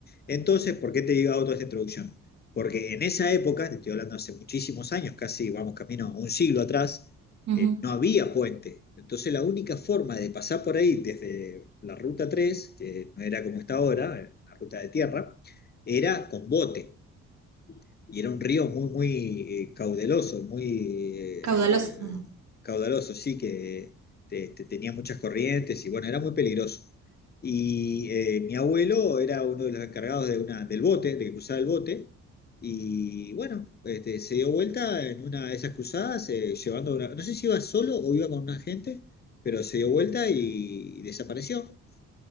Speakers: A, on the left; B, on the right.
A: Entonces, ¿por qué te digo toda esta introducción? Porque en esa época, te estoy hablando hace muchísimos años, casi vamos camino a un siglo atrás,
B: ujú.
A: eh, no había puente. Entonces la única forma de pasar por ahí desde la ruta 3, que no era como está ahora, eh, la ruta de tierra, era con bote y era un río muy, muy eh, caudaloso, muy eh,
B: Caudaloso. Ah,
A: eh, caudaloso, sí, que te- te- tenía muchas corrientes y bueno, era muy peligroso. Y eh, mi abuelo era uno de los encargados de una, del bote, de que cruzaba el bote, y bueno, este, se dio vuelta en una de esas cruzadas, eh, llevando una, no sé si iba solo o iba con una gente, pero se dio vuelta y desapareció